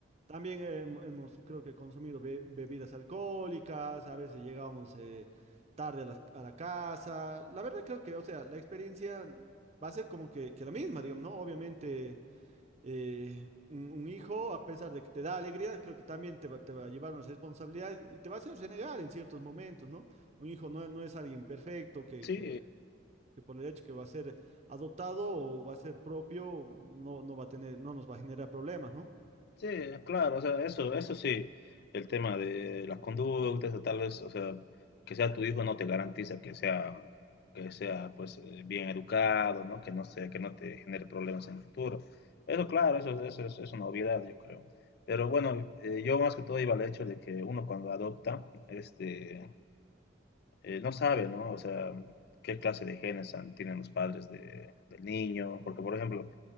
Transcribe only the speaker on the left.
Sí,
Sí, claro, o sea, eso, eso sí, el tema de las conductas, o tal vez, o sea, que sea tu hijo no te garantiza que sea, que sea, pues, eh, bien educado, ¿no? Que no se, que no te genere problemas en el futuro. Eso, claro, eso, eso es, es una obviedad, yo creo. Pero bueno, eh, yo más que todo iba al hecho de que uno cuando adopta, este, eh, no sabe, ¿no? O sea, qué clase de genes han- tienen los padres de- del niño, porque, por ejemplo,